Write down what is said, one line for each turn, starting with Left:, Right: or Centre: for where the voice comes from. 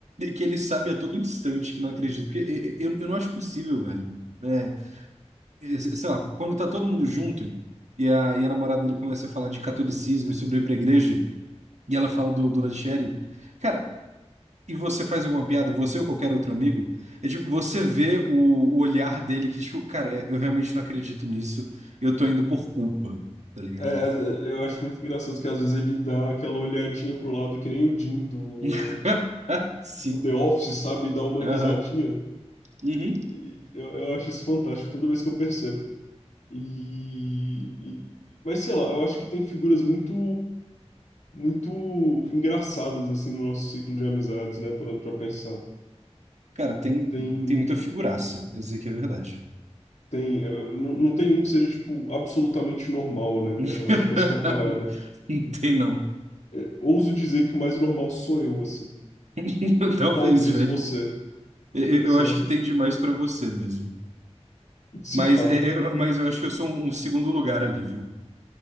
Right: que ele sabe a todo instante que não acredita. Porque e- e- eu, eu não acho possível, velho. É, e- sei lá, quando tá todo mundo junto e a, e a namorada dele começa a falar de catolicismo e sobre ir pra igreja, e ela fala do, do Lancheri. Cara, e você faz alguma piada, você ou qualquer outro amigo, é tipo, você vê o, o olhar dele que, tipo, cara, é, eu realmente não acredito nisso, eu tô indo por culpa, tá ligado?
Left: É, às- é, eu acho muito engraçado que às vezes ele dá aquela olhadinha pro lado que nem o Jim do,
Right: <laughs> Sim.
Left: do The Office, sabe? E dá uma
Right: Aham.
Left: risadinha.
Right: Uhum.
Left: E eu, eu acho isso fantástico toda vez que eu percebo. E, e- mas sei lá, eu acho que tem figuras muito muito engraçadas assim no nosso ciclo de amizades, né? Parando pra pensar.
Right: <laughs> Cara, tem,
Left: Tem,
Right: tem muita figuraça, pra dizer que é verdade.
Left: tem, eh, não, não tem um que seja tipo absolutamente normal, né?
Right: <laughs>
Left: Eu acho que essa que é a parada.
Right: Não tem, não.
Left: Eh, ouso dizer que o mais normal sou eu, assim.
Right: <laughs> Talvez,
Left: Talvez
Right: velho.
Left: você,
Right: Eu, eu
Left: sabe?
Right: acho que tem demais pra você mesmo.
Left: Se
Right: Mas,
Left: pá.
Right: é- é- mas eu acho que eu sou um, um segundo lugar ali, viu?